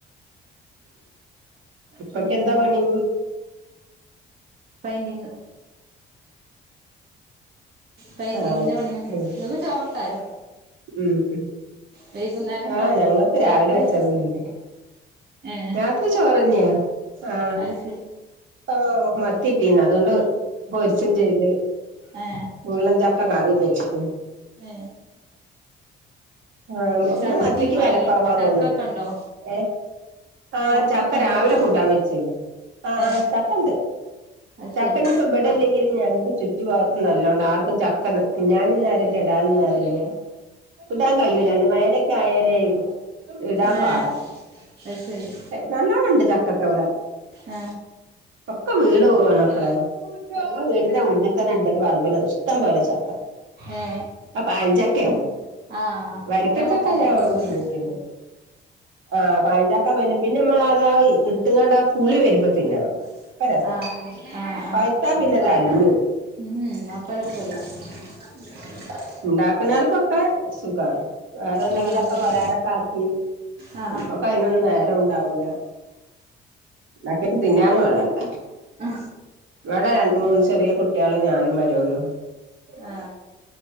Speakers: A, on the right; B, on the right.
A: ഇപ്പക്കെന്താ
B: പിന്നെ
A: പണി
B: പെയിന്റിങ് പെയിന്റിംഗിന്റെ
A: ആഹ്
B: പണിതന്നെ
A: ഉം
B: ഇങ്ങക്ക് ചോറൊക്കായോ?
A: ഉം.
B: വൈകുന്നേരം എന്താ
A: ആ. ഞങ്ങൾക്കു രാവിലെവച്ചതുണ്ട്.
B: രാത്രി ഏ
A: രാത്രിയിൽ ചോറന്യാ ആ..
B: അത് ശരി
A: ആ.. മത്തിട്ടീന് അതുണ്ടുപൊരിച്ചും ചെയ്ത്
B: ഏ
A: മുള്ളൻചക്ക കറിയും വെച്ചിട്ണ്ട്.
B: ഏ
A: ആ.
B: ഇപ്പൊ ചക്കിം
A: ഇന്നുമത്തിക്ക്,
B: മാങ്ങിയ
A: വിലക്കുറവാ
B: ചക്കൊക്കെ
A: തോന്നുന്നു.
B: ഉണ്ടോ
A: ഏ. ആ.
B: ചക്കൊക്കെ
A: ചക്കരാവിലെ
B: ഉണ്ടോ വീട്ടില്
A: കൂട്ടാൻ വെച്ചിന്ന് ആ.
B: ഏ
A: ചക്കണ്ട്
B: അത്
A: ചക്കയിപ്പബടല്ലെങ്കിലും.
B: ശരി
A: ഞങ്ങക്കു ചുറ്റും. ഈഭാഗത്ത് നല്ലോണ്ട് ആർക്കും ചക്കതിന്നാനുംനേരല്ല. ഇടാനും നേരല്ല. ഇടാൻ കഴിയൂലാന്ന് മേലൊക്കെ ആയാലേ ഇടാൻ
B: ഏ
A: പാടാ
B: അത് ശരി
A: നല്ലോണണ്ട് ചക്കയൊക്കെയിവിടെ
B: ആ
A: ഒക്ക വീണുപോകാണു മക്കളേ. ഞങ്ങളുടെ വീണ്ടിനുമുന്നിൽ തന്നെയുണ്ടൊരു പറമ്പില് ഇഷ്ടംപോലെ ചക്ക.
B: ഏ
A: അതു പഴംചക്കയാ
B: ആ
A: വരിക്കച്ചക്കയായിന്നു
B: കൂട്ടാൻ വെക്കാനേ പറ്റുള്ളൂല്ലേ
A: മുറിക്കുന്നേ ആ.. പഴംചക്ക പിന്നെ, പിന്നെ നമ്മളതാ ഇട്ടിങ്ങണ്ടാപുളിവരുമ്പോ തിന്നണം. പ്പ
B: അ..
A: രസാ
B: ആ..
A: പഴുത്താ
B: ആ
A: പിന്നെ അത് അലിഞ്ഞോവും
B: ഉം അപ്പറക്കല്ല <unintelligible>
A: ഉണ്ടാക്കുന്നാർക്കൊക്കെ സുഖാണ് വേറെ എന്തെങ്കിലൊക്കെ
B: ആ അതന്നെ
A: പലഹാരൊക്കെ ആക്കി.
B: ആ
A: നമ്മക്ക് അതിനൊന്നും നേരം ഉണ്ടാവൂല ഉണ്ടാക്കിട്ട് തിന്നാനും ആളു വേണ്ടേ.
B: ആ
A: ഇവിടെ രണ്ടു മൂന്ന് ചെറിയ കുട്ടിയാളും ഞാനും മരോളും.
B: ആ